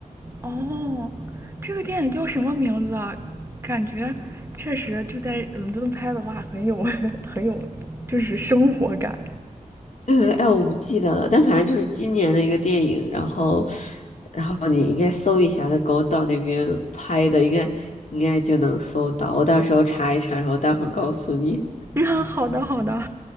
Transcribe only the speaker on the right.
哦，这个电影叫什么名字啊？感觉确实就在伦敦拍的话，很有 <laughs> 很有，就是生活感。
<laughs> 啊，好的好的，